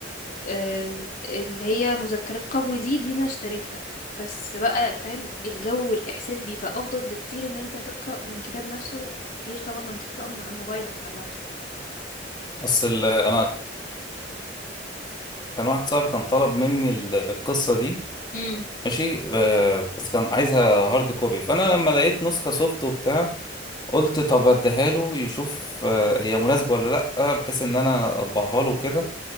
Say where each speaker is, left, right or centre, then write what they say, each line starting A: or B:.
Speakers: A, on the left; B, on the left.
A: آم، اللي هي مذكرات قبو دي دي انا اشتريتها بس بقى فاهم الجو والاحساس بيبقى افضل بكتير ان انت تقرا من كتاب نفسه غير طبعا لما تقراه من على الموبايل او من على اللابتوب
B: اصل ال- انا كان واحد صاحبي كان طلب مني ال- القصة دي
A: امم
B: ماشي آه، بس كان عايزها هارد كوبي فانا لما لقيت نسخة سوفت وبتاع قلت طب اديها له يشوف آه، هي مناسبه ولا لا بحيث ان انا اطبعها له كده